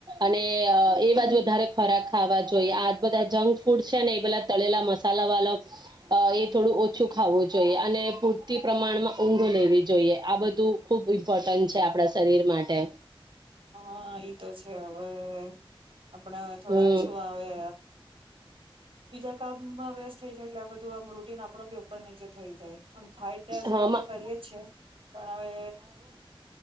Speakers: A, on the right; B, on the right.
A: અને એવા જ વધારે ખોરાક ખાવા જોઈએ આ બધા જંક ફૂડ છે ને એ બધા તળેલા મસા મસાલા વાલા એ થોડું ઓછું ખાવવું જોઈએ અને પૂરતી પ્રમાણમાં ઊંઘ લેવી જોઈએ આ બધું ખૂબ ઇમ્પોર્ટન્ટ છે આપણા શરીર માટે
B: હા ઈ તો છે હવે આપણા થોડાક
A: હમ
B: શું આવે બીજા કામમાં વ્યત થઇ જાય એટલે આ બધું આમ રૂટીન આપણો ભી ઉપર નીચે થઈ જાયમ થાય અ ત્યાર સુધી
A: હા માં-
B: તો કરીએ જી પણ હવે